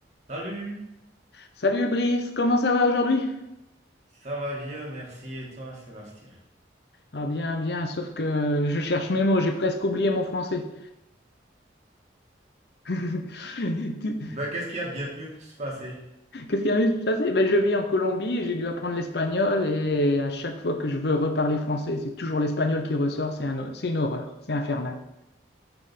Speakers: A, on the right; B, on the left.
A: Salut,
B: Salut Brice, comment ça va aujourd'hui?
A: ça va bien, merci. Et toi, Sébastien?
B: Ah bien, bien, sauf que je cherche mes mots, j'ai presque oublié mon français. <laughs> Tu-
A: Ben, qu'est-ce qui a bien pu se passer?
B: Qu'est-ce qui a eu ça? Ben, je vis en Colombie, j'ai dû apprendre l'espagnol et à chaque fois que je veux reparler français, c'est toujours l'espagnol qui ressort, c'est un- c'est une horreur, c'est infernal.